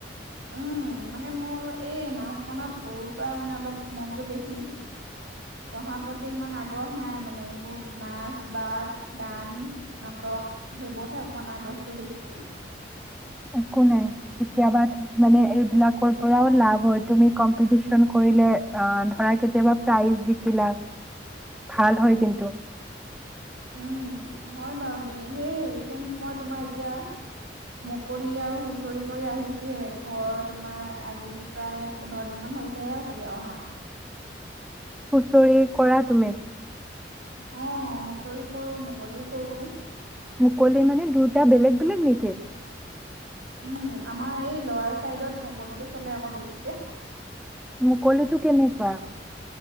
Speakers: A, on the right; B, in the centre.
A: উম মানে মোৰ এই নাচ গানত সৰুৰ পৰাই মানে অলপ মনটো বেছি পঢ়াৰ প্ৰতি ইমান আগ্ৰহ নাই মানে এইবোৰত নাচ বাগ গান নাটক সেইবোৰতহে অকণমান আগ্ৰহটো বেছি
B: একো নাই কেতিয়াবা মানে এইবিলাকৰ পৰাও লাভ হয় তুমি কম্পিটিচন কৰিলে ধৰা কেতিয়াবা প্ৰাইজ জিকিলা ভাল হয় কিন্তু
A: উম হয় বাৰু দেই হেই ৰিচেণ্ট মই তোমাৰ এতিয়া মুকলি আৰু হুঁচৰি কৰি আহিছোঁহে ঘৰ তোমাৰ আজি প্ৰায় পোন্ধৰ দিনমান হৈছেহে চাগে অহা
B: হুঁচৰি কৰা তুমি
A: অ হুঁচৰি কৰো মুকলিও কৰো
B: মুকলি মানে দুূটা বেলেগ বলেগ নেকি?
A: উম আমাৰ এই লৰাৰ চাইডত মুকলিটো চলে আকৌ বেছিকে
B: মুকলিতো কেনেকুৱা